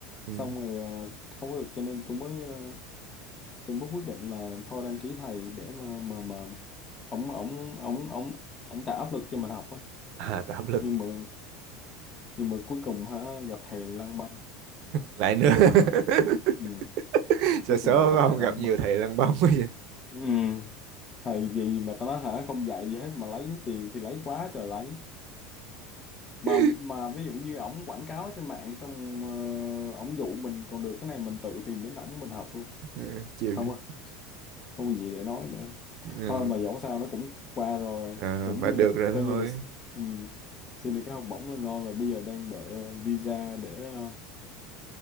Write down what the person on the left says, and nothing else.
xong rồi ờ, không có được cho nên tôi mới ờ, tôi mới quyết định là thôi đăng ký thầy để mà mà mà ông ông ông ông ông tạo áp lực cho mình học á
nhưng mà nhưng mà cuối cùng hả gặp thầy lang băm
ừ,
cuối
cùng là gặp
thầy lang
băm
ừ. thầy gì mà tao nói hả không dạy gì hết mà lấy tiền thì lấy quá trời lấy mà
mà ví dụ như ổng quảng cáo trên mạng xong uh, ổng dụ mình còn được cái này mình tự tìm đến ổng mình học luôn
không
có- không có gì để nói nữa
thôi mà dẫu sao nó cũng qua rồi
cũng
ờ,
coi
như là ừ, xin được cái học bổng là ngon rồi bây giờ đang đợi ờ, visa để ờ,